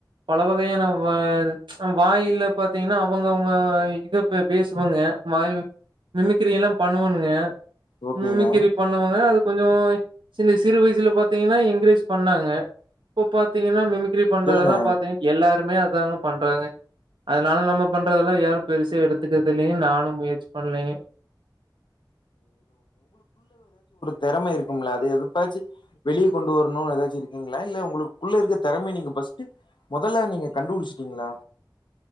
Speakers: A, on the right (about 85°); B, on the left (about 75°).
A: பல வகையான வால் வாயில்ல பாத்தீங்னா அவுங்கவுங்க இத பேசுவாங்க வாய் மிமிக்கிரி எல்லா பண்ணுவானுங்க
B: ஓகேங்க
A: மிமிக்கிரி பண்ணுவாங்க அது கொஞ்சோ சின்ன சிறு வயசுல பாத் தீங்கு என்க்ரேஜ் பண்ணாங்க இப்ப பாத்தீங்ன்னா மிமிக் கிரி பண்றதல்லா
B: சொல்லுங்க
A: பாத்தீங் எல்லாருமே அத் ங்க பண்றாங்க அதனால நம்ம பண்றதல்லா யாரு பெருசா எடுத்துகுறது இல்லைங்க நானு முயற்சி பண்லைங்க
B: தெறமை இருக்கும்ல அது எதுக்காச்சி வெளிய கொண்டு வர்ணு எதாச்சி இருக்கிங்ளா இல்ல உங்குளுக்குள்ள இருக்க தெறமைய நீங்க ஃபர்ஸ்ட் மொதல்ல நீங்க கண்டு புடுச்சுட்டிங்களா